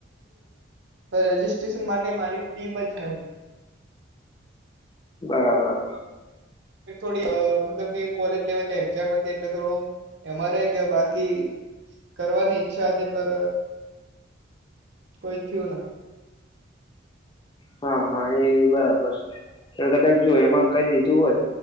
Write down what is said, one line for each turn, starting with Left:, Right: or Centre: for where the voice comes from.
Right: રજિસ્ટ્રેશન માટે મારી ટીમ જ નથી
Left: બરાબર
Right: થોડી મતલબ કે કોલેજ લેવલ ની એક્ઝામ હતી એટલે થોડું એમાંરે કે બાકી કરવાની ઈચ્છા હતી પર કોઈ થિયું ના
Left: હા હા એ બરાબર છે તમે કદાચ જો એમાં કઈ દીધું હો ત